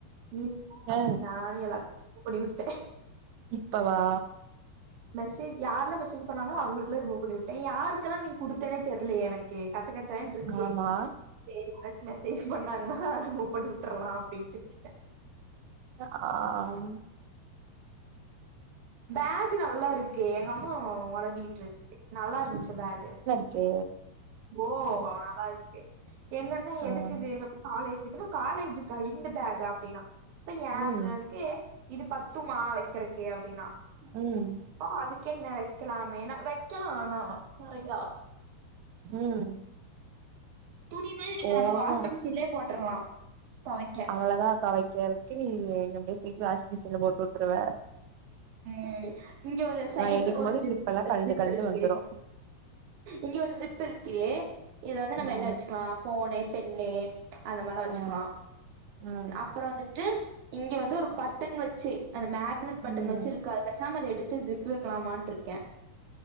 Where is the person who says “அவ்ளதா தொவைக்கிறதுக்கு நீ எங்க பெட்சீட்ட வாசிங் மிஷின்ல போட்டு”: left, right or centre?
Right